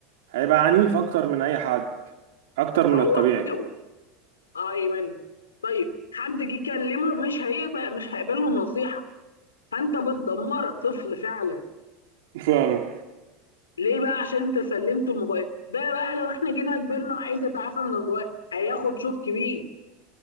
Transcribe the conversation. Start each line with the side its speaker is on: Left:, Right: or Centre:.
Right: هيبقى عنيف أكتر من أي حد أكتر من
Left: هو
Right: الطبيعي
Left: عجبه ايوه طيب حد جه يكلمه مش هيقبل مش هيقبل له النصيحة فانت بتدمر طفل فعلا
Right: فعلا
Left: ليه بقى عشان انت سلمته الموبايل ده بقى لو احنا جينا كبرنا عايز يتعافى من الموبايل هياخد شوط كبير